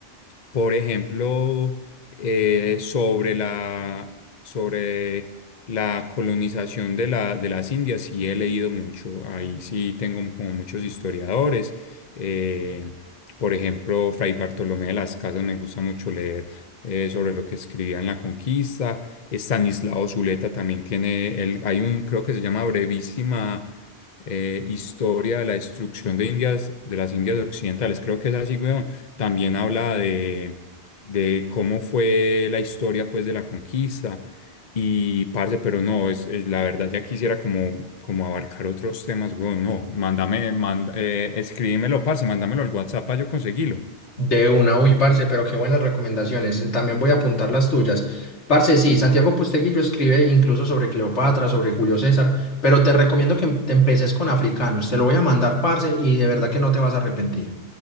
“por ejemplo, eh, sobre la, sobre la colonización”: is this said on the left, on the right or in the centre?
Left